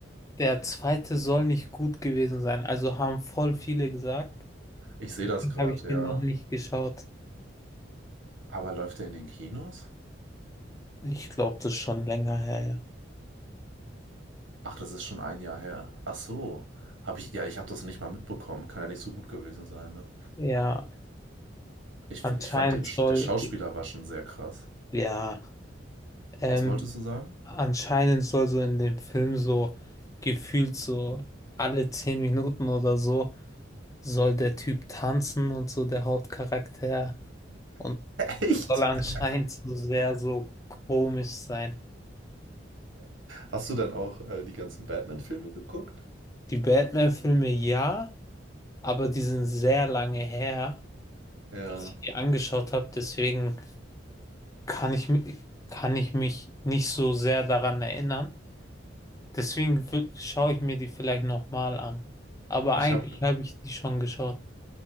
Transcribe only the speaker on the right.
Ich sehe
das gerade,
ja.
Aber läuft der in den Kinos?
Ach, das ist schon ein Jahr her. Ach so. Hab ich, ja, ich habe das nicht mal mitbekommen. Kann ja nicht so gut gewesen sein, ne?
Ich,
ich fand den, Sch-
der Schauspieler war schon sehr krass.
Was wolltest du sagen?
<laughs>
Echt?
Hast du dann auch äh, die ganzen Batman-Filme geguckt?
Ja.
Ich
habe